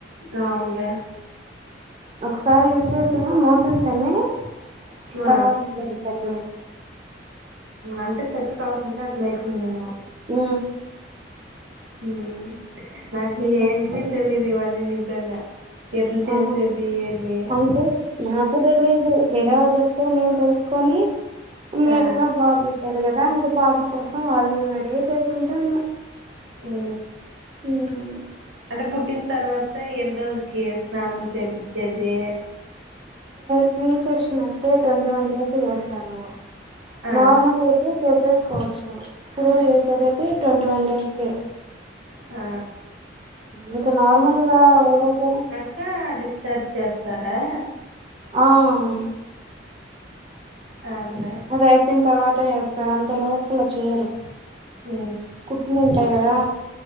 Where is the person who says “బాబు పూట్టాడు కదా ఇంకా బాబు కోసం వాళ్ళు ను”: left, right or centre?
Right